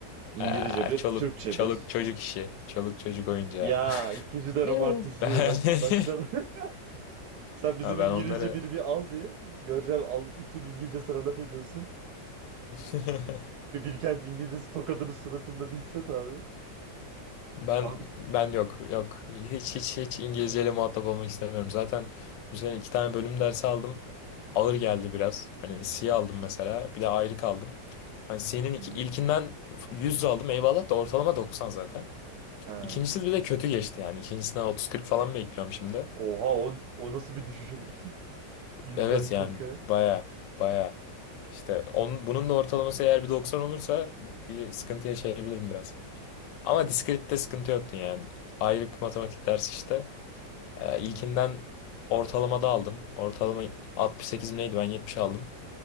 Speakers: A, on the right; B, on the left.
A: İngilizce
B: Aa,
A: bir,
B: çoluk
A: Türkçe
B: çoluk
A: bir.
B: çocuk işi. Çoluk çocuk oyuncağı.
A: Ya
B: <laughs>
A: ikinci de
B: Ben
A: artistliği
B: <laughs>
A: bak başladı. <laughs> Sen bizim
B: Ha,
A: İngilizce
B: ben onları
A: 1'i bir al bir. Göreceğim al, İTÜ'nün İngilizce sana laf ediyorsun.
B: <laughs>
A: Bir Bilkent İngilizcesi tokadının suratında bir hisset abi.
B: ben
A: Abi.
B: ben yok yok hiç hiç hiç İngilizceyle muhatap olmak istemiyorum. Zaten bu sene iki tane bölüm dersi aldım. Ağır geldi biraz. Hani C aldım mesela. Bir de ayrı kaldım. Hani C'nin iki,
A: Hı hı.
B: ilkinden 100 aldım eyvallah da ortalama 90 zaten.
A: Ha.
B: İkincisi bir de kötü geçti yani. İkincisinden otuz kırk falan bekliyorum şimdi.
A: Oha o, o nasıl bir düşüşüm? <laughs> Yüzden
B: Evet
A: 40'a.
B: yani baya baya işte onun, bunun da ortalaması eğer bir 90 olursa bir bir sıkıntı yaşayabilirim biraz. Ama diskrette sıkıntı yoktu yani. Ayrık matematik dersi işte. Ee,
A: Hı hı.
B: ilkinden ortalamada aldım. Ortalama 68 mi neydi ben 70 aldım.